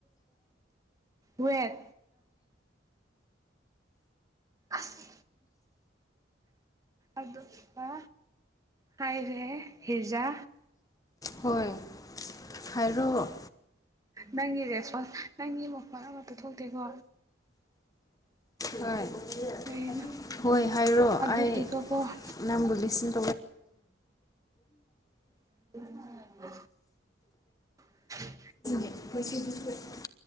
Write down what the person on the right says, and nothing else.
ꯋꯦꯠ ꯑꯁ ꯑꯗꯨꯗ ꯍꯥꯏꯗꯦꯍꯦ ꯍꯤꯖꯥ
ꯅꯪꯒꯤ ꯔꯦꯁꯄꯣꯟꯁ ꯅꯪꯒꯤ ꯃꯈꯣꯟ ꯑꯃꯠꯇ ꯊꯣꯛꯇꯦꯀꯣ
ꯀꯩꯅꯣ
ꯑꯗꯨꯗꯨꯒꯀꯣ
<unintelligible> <unintelligible>